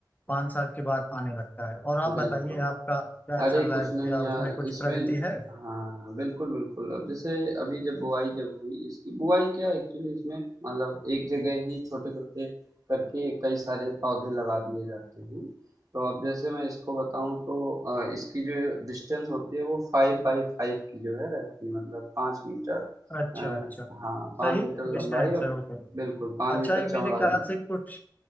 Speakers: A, on the left; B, on the right.
A: पाँच साल के बाद आने लगता है और आप
B: बिल्कुल
A: बताइए आपका क्या चल
B: अरे
A: रहा
B: कुछ
A: है क्या
B: नहीं यार
A: उसमें कुछ
B: इसमें
A: प्रगति है
B: हाँ बिल्कुल बिल्कुल अब जैसे अभी जब बुआई जब हुई इसकी बुआई क्या एक्चुअली इसमें मतलब एक जगह ही छोटे छोटे करके कई सारे पौधे लगा दिए जाते हैं तो अब जैसे मैं इसको बताऊं तो अ, इसकी जो डिस्टेंस होती है वो फाइव बाई फाइव की जो है रहती है मतलब पाँच मीटर
A: अच्छा
B: अ,
A: अच्छा
B: हाँ पाँच
A: सही
B: मीटर
A: डिस्टेंस
B: लंबाई और
A: है वो तो
B: बिल्कुल पाँच
A: अच्छा
B: मीटर
A: ये
B: चौड़ाई
A: मेरे ख्याल से कुछ